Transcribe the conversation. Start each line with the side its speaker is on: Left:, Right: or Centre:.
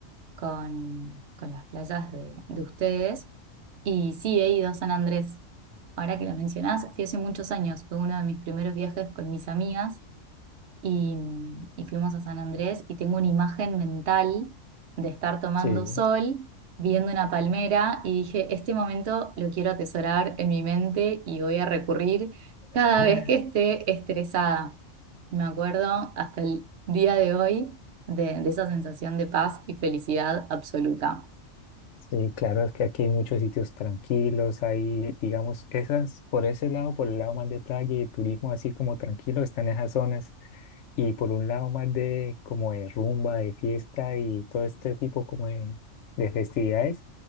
Right: con, con las playas de, de ustedes. Y sí, he ido a San Andrés. Ahora que lo mencionás, fui hace muchos años, fue uno de mis primeros viajes con mis amigas y, y fuimos a San Andrés y tengo una imagen mental de estar tomando
Left: sí.
Right: sol, viendo una palmera y dije, este momento lo quiero atesorar en mi mente y voy a recurrir cada
Left: <laughs>
Right: vez que esté estresada. Me acuerdo hasta el día de hoy de, de esa sensación de paz y felicidad absoluta.
Left: Sí, claro, es que aquí hay muchos sitios tranquilos, hay, digamos, esas, por ese lado, por el lado más de playa y de turismo, así como tranquilo, están esas zonas. y por un lado más de como de rumba, de fiesta y todo este tipo como de, de festividades,